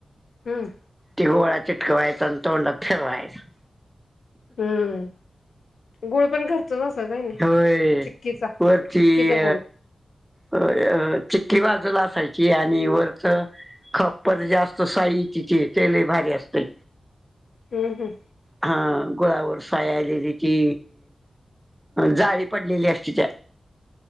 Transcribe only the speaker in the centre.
ति गोळा चिटकवायचां आणि तोंडत थेवायचं
होय
वरची
अ अ चिक्की बाजूला असायची आणि वरच खप्पत जास्त साई तिची तेलही भारी असते
हा गुळावर सायआलेली ती जाळी पडलेली असते त्यात